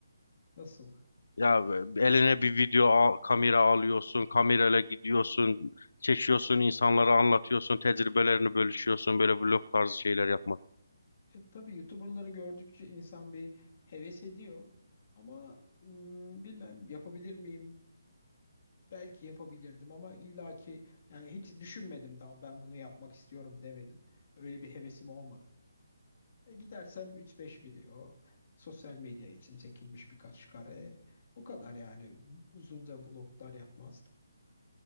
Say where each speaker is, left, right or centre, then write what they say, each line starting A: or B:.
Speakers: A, on the left; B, on the left.
A: nasıl.
B: Ya e, eline bir video al- kamera alıyorsun, kamerayla gidiyorsun, çekiyorsun, insanlara anlatıyorsun, tecrübelerini bölüşüyorsun, böyle vlog tarzı şeyler yapmak.
A: E, tabii YouTuber'ları gördükçe insan bir heves ediyor. Ama hmm, bilmem yapabilir miyim? Belki yapabilirdim ama illaki yani hiç düşünmedim tamam ben bunu yapmak istiyorum demedim. Öyle bir hevesim olmadı. E, gidersem üç beş video, sosyal medya için çekilmiş birkaç kare. O kadar yani uzunca vloglar yapmazdım.